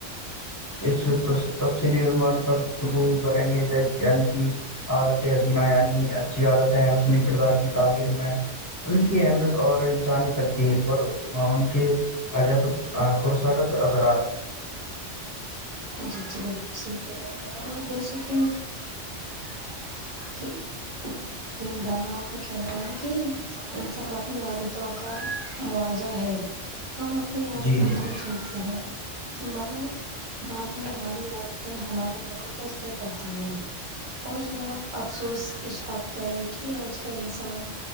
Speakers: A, on the left; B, on the right.
A: اس تفصیلی علمان کا کریں گے یع کی عادت حسینا یعنی اچھی عادت ہے حنی کردار کی تعمیر میں ان کی اہمیت اور انسانی تقدیر پر ان کے عجت پررسرت اضرات
B: جی جی بالکل صحی کہہ رہے ہیں جیسے کہ <unintelligible>
A: <unintelligible>
B: ان داناؤ کا کہنا ہے کہ انسان اپنی عادتوں کا مواجہ ہے ہم اپنی عادتیں
A: جی جی
B: کون چنتے ہیں مگر بعد میں ہماری عادتیں ہمارا مقدر طے کرتی ہیں اور جناب افسوس اس بات کا ہے کہ آج کا انسان